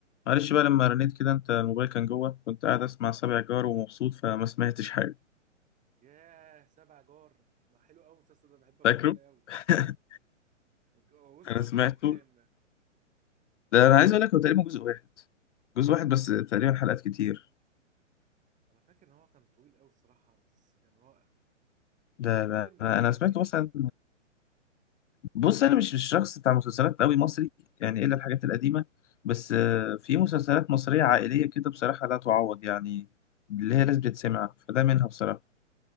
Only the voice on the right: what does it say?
ياه سبع جار ده حلو قوي المسلسل ده بحب اتفرج
عليه قوي
هو وصل
للجزء
الكام ده
انا فاكر ان هو كان طويل قوي الصراحه بس كان رائع
انت بتحب
المسلسلات
دي